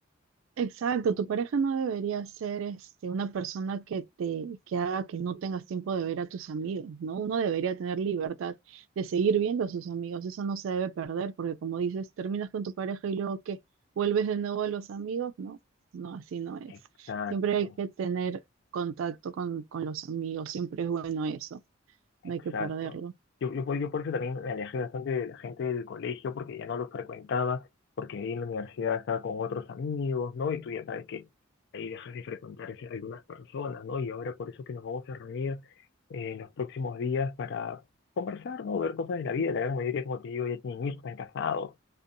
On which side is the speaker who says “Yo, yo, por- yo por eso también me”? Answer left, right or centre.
Left